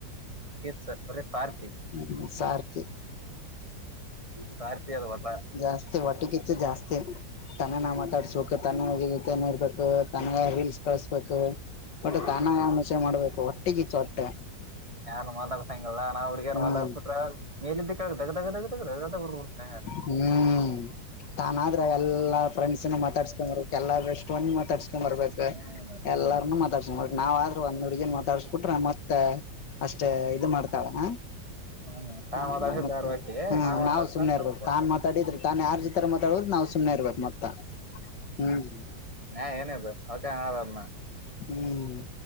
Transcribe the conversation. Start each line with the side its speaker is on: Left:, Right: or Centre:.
Right: ಹೆಚ್ಚ ಬರೀ ಸ್ವಾರ್ಥಿ
Left: ಹ್ಮ ಸಾರ್ಥಿ
Right: ಸ್ವಾರ್ಥಿ ಅದ ಗೊತ್ತಾ
Left: ಜಾಸ್ತಿ ಹೊಟ್ಟೆಕಿಚ್ಚು ಜಾಸ್ತಿ ತನ್ನೇ ನಾ ಮಾತಾಡ್ಸ್ಬೇಕು ತನ್ನತ ಇರ್ಬೇಕು ತನ ರಿಲ್ಸ್ ಕಳಸ್ಬೇಕು ಒಟ್ಟೆ
Right: ಹ್ಮ್
Left: ತಾನ ಆಮಷೆ ಮಾಡ್ಬೇಕು ಹೊಟ್ಟೆಗಿತ್ತು ಹೊಟ್ಟೆ
Right: ಯಾರು ಮಾತಾಡ್ಸಂಗಲ್ಲ ನಾ ಹುಡ್ಗ್ಯಾರ
Left: ಹ್ಮ್
Right: ಮಾತಾಡ್ಬಿಟ್ರ ಮೇಲಿಂದಕ್ಕೆ ದಗ ದಗ ದಗ್ದಗ ದಗದಗ್ ಹುರ್ಬಿಡ್ತ
Left: ಹ್ಮ್ ತಾನ ಆದ್ರ ಎಲ್ಲಾ ಫ್ರೆಂಡ್ಸ್ನ ಮಾತಾಡ್ಸ್ಕೊಂಡ ಎಲ್ಲಷ್ಟ ಮಾತಾಡ್ಸ್ಕೊಂಬ ಬರ್ಬೇಕು
Right: ಹ್ಮ್
Left: ಎಲ್ಲರನು ಮಾತಾಡ್ಸ್ಕಂಬರ್ಬೇಕು ನಾವ ಆದ್ರೂ ಒಂದ್ ಹುಡ್ಗಿನ್ ಮಾತಾಡ್ಸ್ಕಿಟ್ರೆ ಮತ್ ಮತ್ತ ಅಷ್ಟೇ ಇದು ಮಾಡ್ತಾಳ
Right: ಹ್ಮ್
Left: <inaudible>
Right: ನಾ ಮಾತಾಡ್ಸಿದ್ದ
Left: ಮತ್ತೆ
Right: ಅವ್ರ ಆಕಿ
Left: ಹ್ಮ
Right: ನಾ ಮಾತಾಡ್ಸಿದ
Left: ನಾವು ಸುಮ್ನೆ
Right: ತಪ್ಪು
Left: ಇರ್ಬು ತಾನ್ ಮಾತಾಡಿದ್ರೆ ತಾನನ್ ಯಾರ್ ಜತ್ರರ ಮಾತಾಡುದು ನ. ನಾವ ಸುಮಮ್ಮನೆ ಇರ್ಬೇಕು ಮೊತ್ತ ಹ್ಮ್.
Right: ನ್ಯಾಯ <unintelligible>
Left: ಹ್ಮ್.